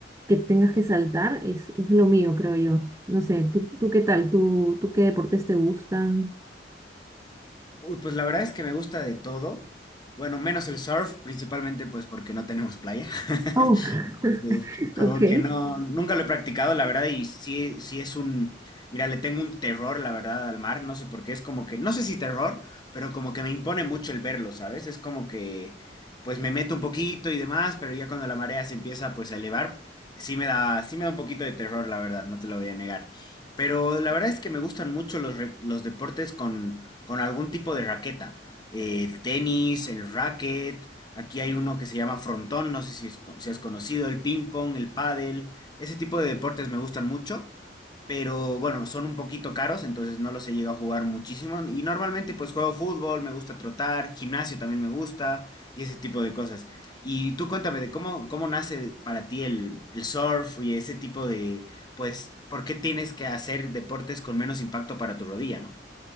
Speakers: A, on the right (about 15°); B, on the left (about 25°).
A: que tengas que saltar, es, es lo mío, creo yo. No sé, ¿tú, tú qué tal? ¿Tú, tú qué deportes te gustan?
B: Uy, pues la verdad es que me gusta de todo. Bueno, menos el surf, principalmente pues porque no tenemos playa. <laughs>
A: Oh,
B: Entonces,
A: <laughs>
B: como
A: ok.
B: que no, nunca lo he practicado, la verdad, y sí, sí es un, mira, le tengo un terror, la verdad, al mar, no sé por qué, es como que, no sé si terror, pero como que me impone mucho el verlo, ¿sabes? Es como que, pues me meto un poquito y demás, pero ya cuando la marea se empieza pues a elevar, sí me da, sí me da un poquito de terror, la verdad, no te lo voy a negar. Pero la verdad es que me gustan mucho los, re- los deportes con con algún tipo de raqueta. Eh, el tenis, el racket, aquí hay uno que se llama frontón, no sé si, es- si has conocido, el ping pong, el pádel, ese tipo de deportes me gustan mucho, pero bueno, son un poquito caros, entonces no los he llegado a jugar muchísimo y normalmente pues juego fútbol, me gusta trotar, gimnasio también me gusta y ese tipo de cosas. Y tú cuéntame de cómo, cómo nace para ti el, el surf y ese tipo de, pues, ¿por qué tienes que hacer deportes con menos impacto para tu rodilla, ¿no?